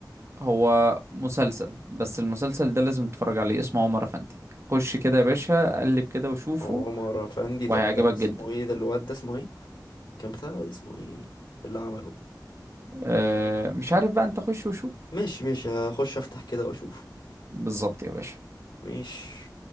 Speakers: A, on the right; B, on the left.
A: هو مسلسل بس المسلسل ده لازم تتفرج عليه اسمه عمر افندي خش كده يا باشا قلب كده وشوفه
B: عمر افندي
A: وهيعجبك
B: ده بتاع اسمه
A: جدا
B: ايه ده الواد ده اسمه ايه كان بتاع الواد اسمه ايه اللي عمله
A: أه مش عارف بقى انت خش وشوف
B: ماشي ماشي هخش افتح كده واشوف
A: بالظبط يا باشا
B: ماشي